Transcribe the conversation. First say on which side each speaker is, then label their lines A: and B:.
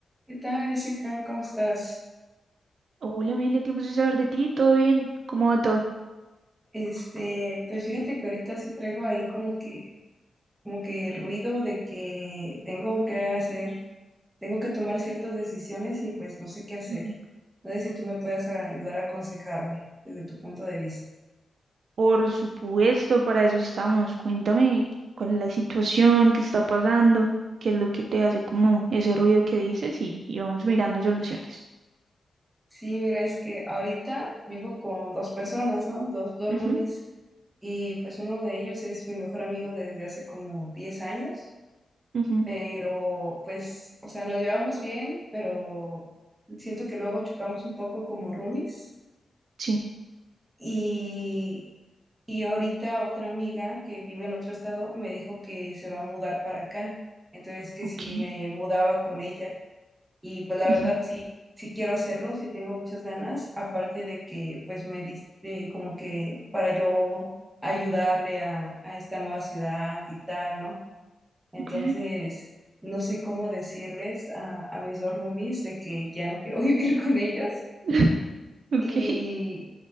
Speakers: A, on the right (about 15°); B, on the right (about 75°).
A: ¿Qué tal, Jessica? ¿Cómo estás?
B: Hola, Emilia, tiempo sin saber de ti, ¿todo bien? ¿Cómo va todo?
A: Este, pues fíjate que ahorita sí traigo ahí como que, como que ruido de que tengo que hacer, tengo que tomar ciertas decisiones y pues no sé qué hacer.
B: Ujú.
A: No sé si tú me puedes ayudar a aconsejarme desde tu punto de vista.
B: Por supuesto, para eso estamos. Cuéntame cuál es la situación, qué está pasando, qué es lo que te hace como ese ruido que dices y, y vamos mirando soluciones.
A: Sí, mira, es que ahorita vivo con dos personas, ¿no? Dos, dos
B: Ujú,
A: roomies. Y pues uno de ellos es mi mejor amigo desde hace como 10 años.
B: ujú,
A: pero pues, o sea, nos llevamos bien, pero siento que luego chocamos un poco como roomies.
B: sí,
A: Y, y ahorita otra amiga que vive en otro estado me dijo que se va a mudar para acá, entonces que
B: ok,
A: si me mudaba con ella. Y pues la verdad
B: ujú,
A: sí, sí quiero hacerlo, sí tengo muchas ganas, aparte de que pues me diste como que para yo ayudarle a, a esta nueva ciudad y tal, ¿no? Entonces,
B: ok,
A: no sé cómo decirles a, a mis dos roomies de que ya no quiero <laughs> vivir con ellos.
B: <laughs>
A: Y,
B: ok,